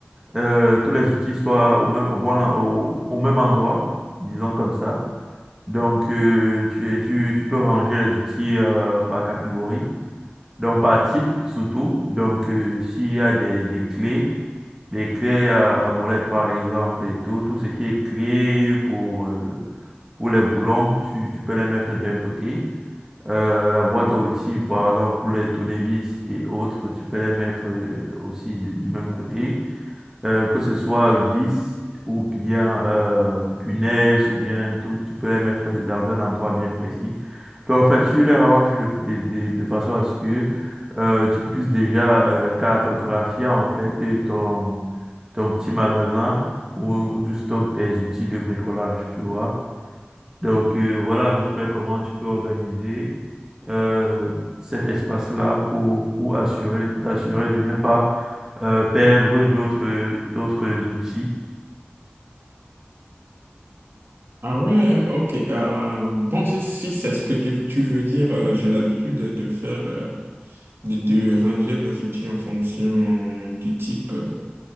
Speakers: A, on the right; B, on the right.
A: euh, tous les outils soient au même au bon en- au, au même endroit, disons comme ça. Donc euh, tu, es- tu tu peux ranger les outils euh, par catégorie, donc par type surtout. Donc euh, s'il y a des, des clés, des clés à, à molette par exemple et tout, tout ce qui est clé pour euh, pour les boulons, tu tu peux les mettre d'un côté. Euh, la boîte à outils, par exemple, pour les tournevis et autres, tu peux les mettre euh, aussi de- du même côté. Euh, que ce soit vis ou bien euh, punaise ou bien tout, tu peux les mettre dans un endroit bien précis. Donc, en fait, tu les ranges de, de, de, de façon à ce que euh, tu puisses déjà euh, cartographier en fait euh, ton, ton petit magasin où, où tu stockes tes outils de bricolage, tu vois. Donc euh, voilà à peu près comment tu peux organiser euh, cet espace-là pour, pour assurer, pour t'assurer de ne pas euh, perdre d'autres d'autres outils.
B: Ah ouais, ok. euh, bon, si, si c'est ce que tu, tu veux dire, euh, j'ai l'habitude de, de faire, euh, de, de ranger mes outils en fonction du type euh,